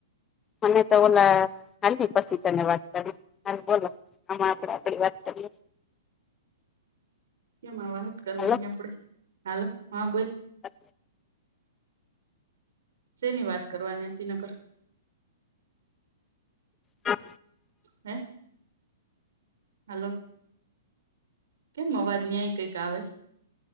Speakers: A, on the left (about 20°); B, on the right (about 75°).
A: મને તો ઓલા હાલ પછી તને વાત કરી હાલ બોલો આમાં આપડે આપડી વાત કરીએ
B: કેમાં વાત કરવાની
A: હાલો
B: આપડે હાલો હા બસ
A: અ
B: તેેની વાત કરો અને ન કરર
A: હા
B: હે હલો કેમ અવાજ ન્યાય કઈક આવે છે